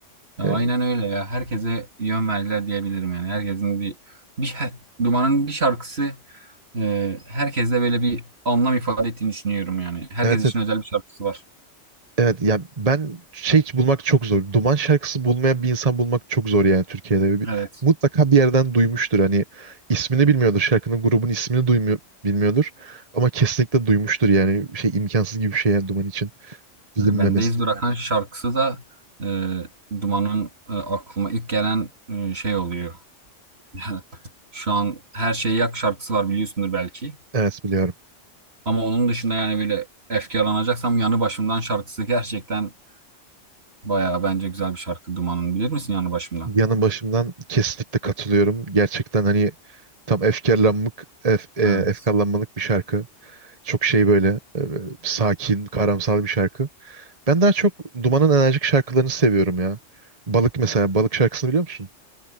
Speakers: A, on the right; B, on the right.
A: Ya
B: E,
A: aynen öyle ya. Herkese yön verdiler diyebilirim yani. Herkesin bir, bir şa- Duman'ın bir şarkısı e, herkeste böyle bir anlam ifade ettiğini düşünüyorum yani. Herkes
B: evet
A: için
B: evet.
A: özel bir şarkısı var.
B: Evet yani ben şey bulmak çok zor. Duman şarkısı bulmayan bir insan bulmak çok zor yani Türkiye'de. Bir-
A: Evet.
B: Mutlaka bir yerden duymuştur. Hani ismini bilmiyordur. Şarkının grubun ismini duymuyor, bilmiyordur. Ama kesinlikle duymuştur yani. Şey imkansız gibi bir şey yani Duman için bilinmemesi.
A: Yani Bendeyiz bırakan şarkısı da e, Duman'ın e, aklıma ilk gelen e, şey oluyor. <laughs> Şu an Her Şeyi Yak şarkısı var biliyorsundur belki.
B: Evet biliyorum.
A: Ama onun dışında yani böyle efkarlanacaksam Yanı Başımdan şarkısı gerçekten bayağı bence güzel bir şarkı Duman'ın. Bilir misin Yanı Başımdan?
B: yanı başımdan kesinlikle katılıyorum. Gerçekten hani tam efkarlanmak, ef, e,
A: Evet.
B: efkarlanmalık bir şarkı. Çok şey böyle e, sakin, karamsar bir şarkı. Ben daha çok Duman'ın enerjik şarkılarını seviyorum ya. Balık mesela, Balık şarkısını biliyor musun?